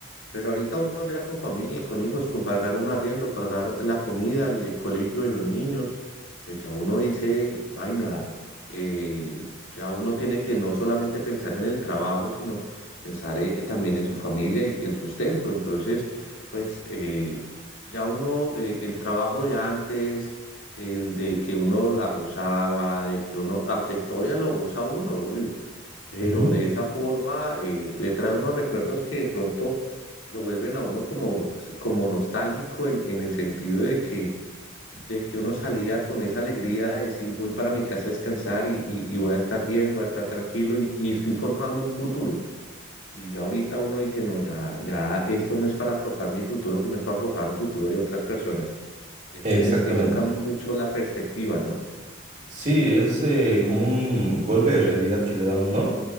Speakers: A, on the left; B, on the right.
A: Pero ahorita uno ya con familia, con hijos, con pagar un arriendo, pagar la comida, el colegio de los niños, pues ya uno dice, vaina, eh, ya uno tiene que no solamente pensar en el trabajo, sino pensar eh, también en su familia y el sustento. Entonces, pues eh, ya uno, eh, el trabajo de antes, el de que uno la gozaba, de que uno, aunque todavía lo goza uno, obvio, pero
B: Ujú,
A: de esa forma eh, le trae unos recuerdos que de pronto lo vuelven a uno como, como nostálgico en, en el sentido de que, de que uno salía con esa alegría de decir voy para mi casa a descansar y, y- y voy a estar bien, voy a estar tranquilo y, y estoy forjando un futuro. Y ya ahorita uno dice, no, ya, ya esto no es para forjar mi futuro, sino es para forjar el futuro de otras personas. Entonces
B: Exactamente.
A: eso cambia mucho la perspectiva, ¿no?
B: Sí, es eh, como un golpe de realidad que le da uno.